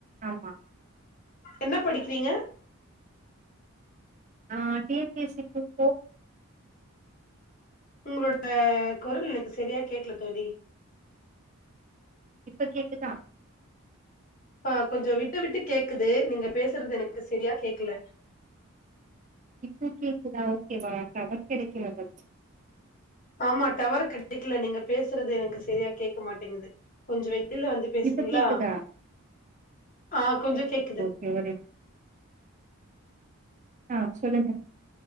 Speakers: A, on the right; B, on the left.
A: ஆமா
B: என்ன படிக்கிறீங்க
A: நா T N P S C group four
B: ம் உங்களோட குரல் எனக்கு சரியா கேக்கல தோழி
A: இப்ப கேக்குதா
B: ஆ கொஞ்சோ விட்டு விட்டு கேட்குது நீங்க பேசுறது எனக்கு சரியா கேக்கல
A: இப்ப கேக்குதா ஓகேவா டவர் கெடைக்கல <unintelligible>
B: ஆமா டவர் கிடைக்கல நீங்க பேசுறது எனக்கு சரியா கேக்க மாட்டேங்குது கொஞ்சோ வெயிட் இல்ல வெளில வந்து பேசுறீங்களா
A: இப்ப கேக்குதா
B: ஆ கொஞ்சோ கேக்குது
A: சேரி ஆ சொல்லுங்க